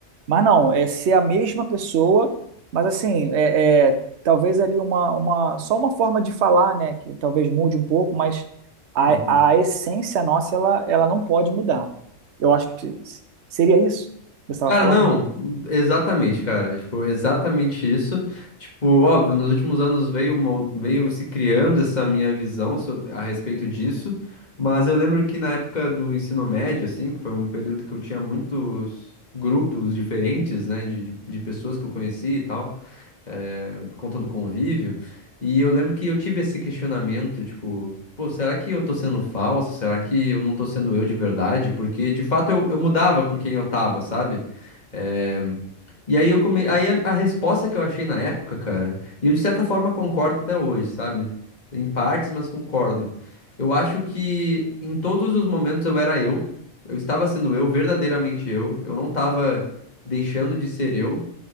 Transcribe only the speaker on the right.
mas não, é ser a mesma pessoa, mas assim, é, é, talvez ali uma, uma, só uma forma de falar, né, que talvez mude um pouco, mas a,
a essência nossa, ela, ela não pode mudar. Eu acho que seria isso que você estava
falando?